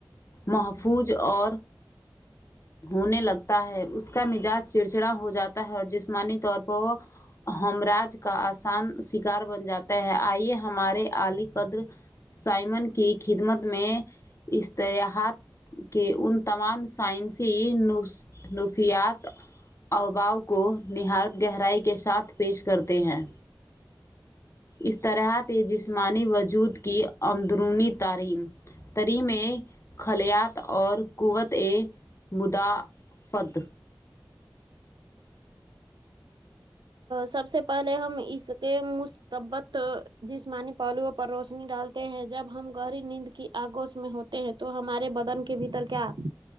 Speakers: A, on the left (about 40°); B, on the right (about 85°).
A: محفوظ اور ہونے لگتا ہے اس کا مزاج چڑچڑا ہو جاتا ہے اور جسمانی طور پر وہ ہمراج کا آسان شکار بن جاتا ہے آئیے ہمارے علی قدر سائمن کی خدمت میں اشتلاحات کے ان تمام نسی نفیات اباؤ کو نہاارت گہرائی کے ساتھ پیش کرتے ہیں اس طرح جسمانی وجود کی اندرونی تعلیم تریم خلیات اور قوت مدافت
B: سب سے پہلے ہم اس کے مستبت جسمانی پلو پر روشنی ڈالتے ہیں جب ہم گہری نیند کی آگوش میں ہوتے ہیں تو ہمارے بدن کے بھیتر کیا